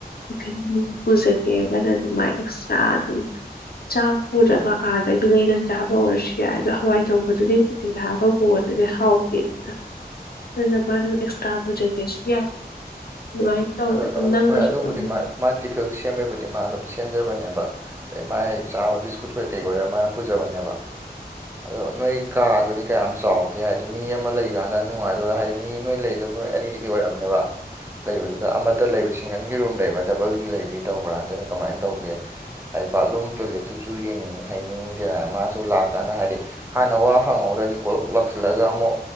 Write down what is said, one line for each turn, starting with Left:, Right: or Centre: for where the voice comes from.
Left: ꯇꯤꯐꯤꯟ ꯄꯨꯖꯒꯦꯒꯅ ꯑꯗꯨꯃꯥꯏ ꯑꯦꯛꯁꯇ꯭ꯔꯥ ꯑꯗꯨꯝ ꯆꯥꯛ ꯄꯨꯗ꯭ꯔꯒ ꯑꯥꯗꯒꯤ ꯂꯩꯅ ꯆꯥꯕ ꯑꯣꯏꯔꯁꯨ ꯌꯥꯏ ꯑꯗꯣ ꯍꯋꯥꯏ ꯊꯣꯡꯕꯗꯨꯗꯤꯊꯤꯟ ꯊ ꯍꯥꯕ ꯄ ꯑꯗꯨꯗꯤ ꯍꯥꯎ ꯦꯗ ꯑꯗꯨꯗ ꯃꯥꯅ ꯑꯦꯛꯁꯇ꯭ꯔꯥ ꯄꯨꯖꯒꯦꯁꯨ ꯌꯥꯏ ꯑꯗꯨꯃꯥꯏꯅ ꯇꯧꯋꯦ
Right: ꯑ
Left: ꯑꯗꯨꯝ ꯅꯪꯅꯁꯨ
Right: ꯍꯣꯏ ꯑꯗꯨꯕꯨꯗꯤ
Left: ꯑꯗꯨꯝ
Right: ꯃꯥ ꯃꯥ ꯇꯤꯐꯤꯜ ꯁꯦꯝꯕꯩꯕꯨꯗꯤ ꯃꯥ ꯑꯗꯨꯝ ꯁꯦꯝꯖꯕꯅꯦꯕ ꯑꯩ ꯃꯥꯏ ꯆꯥꯕ ꯕꯤꯁꯀꯨꯠ ꯀꯩ ꯀꯩ ꯑꯣꯏꯣꯏꯔ ꯃꯥꯅ ꯄꯨꯖꯕꯅꯦꯕ ꯑꯗꯣ ꯅꯣꯏ ꯀꯥꯗꯨꯗꯤ ꯀꯌꯥꯝ ꯆꯥꯎꯒꯦ ꯍꯥꯏꯕꯗꯤ ꯃꯤ ꯑꯃ ꯂꯩꯀꯥꯟꯗ ꯅꯨꯡꯉꯥꯏꯗꯣꯏꯔꯥ ꯍꯥꯏꯗꯤ ꯃꯤ ꯅꯣꯏ ꯂꯩꯗꯣ ꯅꯣꯏ ꯑꯅꯤꯗꯤ ꯑꯣꯏꯔꯝꯅꯦꯕ ꯂꯩꯕꯗꯨ ꯑꯗ ꯑꯃꯠꯇ ꯂꯩꯕ ꯁꯤꯡꯒꯟꯒꯤ ꯔꯨꯝ ꯂꯩꯕ꯭ꯔꯥ ꯗꯕꯜꯒꯤ ꯂꯩꯕꯤ ꯇꯧꯕ꯭ꯔꯥ ꯅꯇꯅ ꯀꯃꯥꯏꯟ ꯇꯧꯒꯦ ꯑꯩ ꯕꯥꯠꯂꯨꯝ ꯇꯣꯂꯦꯠ ꯇꯨꯆꯨ ꯌꯦꯡꯅꯤꯡꯌꯦ ꯍꯥꯏꯅꯤꯡꯗꯦꯅ ꯃꯥꯁꯨ ꯂꯥꯛꯀꯥꯟꯗ ꯍꯥꯏꯗꯤ ꯍꯥꯟꯅ ꯋꯥ ꯍꯪꯍꯧꯗꯗꯤ ꯀꯣꯂꯨꯛ ꯂꯥꯛꯁꯤꯜꯂꯒ ꯑꯃꯣꯛ